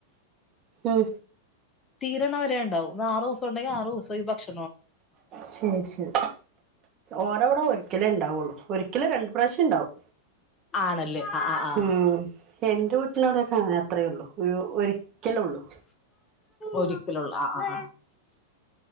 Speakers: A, on the right; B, on the left.
A: ഉം
B: തീരണ വരെ ഉണ്ടാവും ആറു ദിവസം ഉണ്ടെങ്കിൽ ആറൂദിവസോം ഈ ഭക്ഷണം
A: ശരി ശരി ഓരോവിടെരി ഒരിക്കലേ ഉണ്ടാവുള്ളൂ ഒരിക്കല് രണ്ട് പ്രവശ്യം ഉണ്ടാവും
B: ആണല്ലേ ആ ആ
A: ഉം എന്റെ വീട്ടിലാനേ കാണ അത്രേ ഉള്ളൂ ഒരു ഒരിക്കലേ ഉള്ളൂ
B: ഒരിക്കലെ ഉള്ള ആ ആ